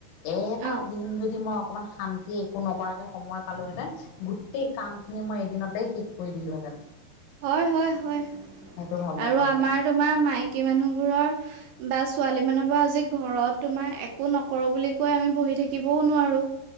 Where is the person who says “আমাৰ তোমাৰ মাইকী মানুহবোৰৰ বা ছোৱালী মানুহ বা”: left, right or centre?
Right